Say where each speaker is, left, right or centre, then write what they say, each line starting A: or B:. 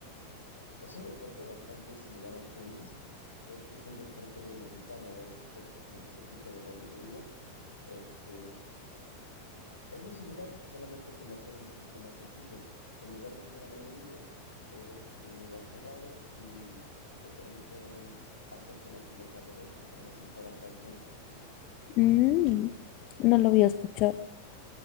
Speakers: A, on the left; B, on the left.
A: Es un deporte bastante similar al tenis, de hecho es un deporte mexicano, es de hecho medio cerquita de donde yo vivo. Este, Es muy similar, solamente que lo hacen un poquito más sencillo. En lugar de ser al aire libre, es en un lugar cerrado y te permiten hacer que la pelota rebote como si fuera frontón.
B: mm, no lo había escuchado.